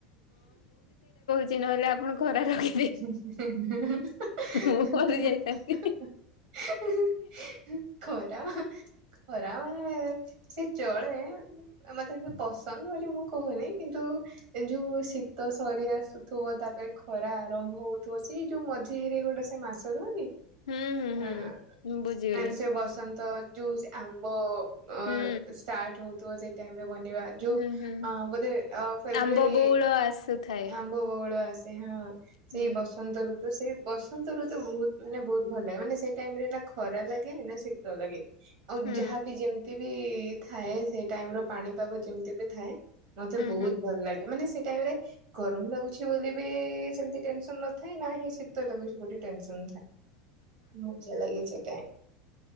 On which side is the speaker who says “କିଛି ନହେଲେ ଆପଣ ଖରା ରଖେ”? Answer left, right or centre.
Left